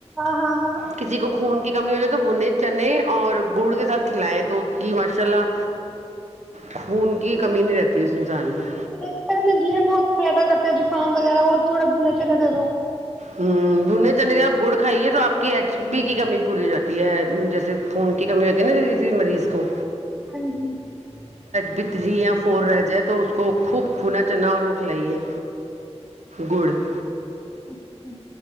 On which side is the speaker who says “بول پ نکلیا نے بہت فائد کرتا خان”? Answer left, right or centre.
Centre